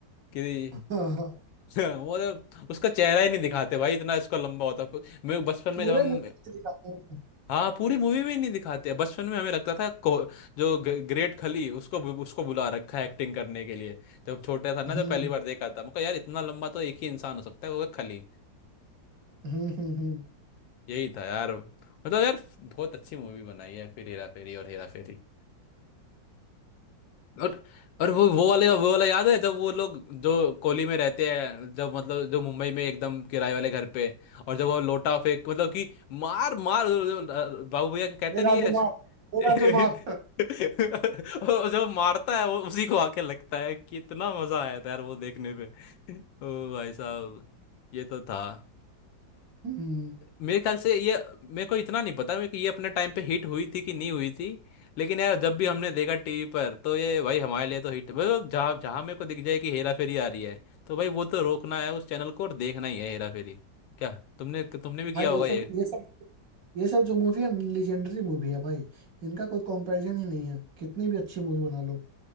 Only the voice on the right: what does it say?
ओहो।
पूरे
मूवी में दिखाते हैं
हम्म
हम्म हम्म हम्म। हम्म।
ये राजू
माफ ये राजू माफ
हम्म
भाई
ये सब
ये सब ये सब जो मूवी है लेजेंडरी मूवी है भाई इनका कोई कंपैरिजन ही नहीं है कितनी भी अच्छी मूवी बना लो